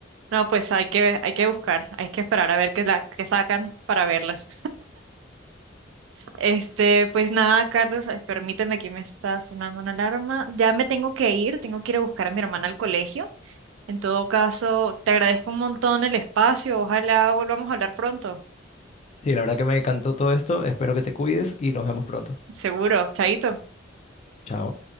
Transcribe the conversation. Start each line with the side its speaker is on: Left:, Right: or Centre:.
Right: No, pues hay que, hay que buscar, hay que esperar a ver qué, la, qué sacan para verlas. Este, pues nada, Carlos, eh, permíteme que me está sonando una alarma. Ya me tengo que ir, tengo que ir a buscar a mi hermana al colegio. En todo caso, te agradezco un montón el espacio, ojalá volvamos a hablar pronto.
Left: Sí, la verdad que me encantó todo esto, espero que te cuides y nos vemos pronto.
Right: Seguro, chaito.
Left: Chao.